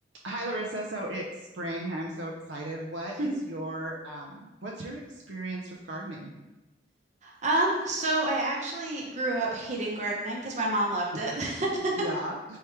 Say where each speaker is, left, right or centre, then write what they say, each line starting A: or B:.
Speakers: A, on the right; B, on the right.
A: Hi, Larissa. So it's spring. I'm so excited. What
B: Hmm.
A: is your um what's your experience with gardening?
B: Um, so I actually grew up hating gardening because my mom loved
A: <laughs>
B: it.
A: Yeah.
B: <laughs>